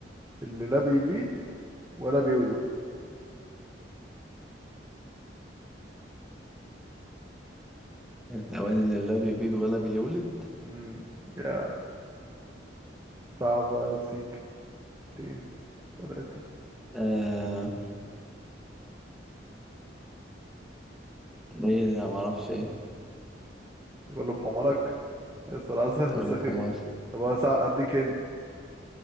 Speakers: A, on the right; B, in the centre.
A: اللي لا بيبيض ولا بيولد
B: الحيوان اللي لا بيبيض ولا بيولد
A: امم يا صعبة سيك تين تلاتة
B: آه ايه لا معرفش ايه
A: غلب حمارك يا صراحة
B: ولا
A: <laughs> سخيف
B: بحمار
A: طب انا سع- اديك هنت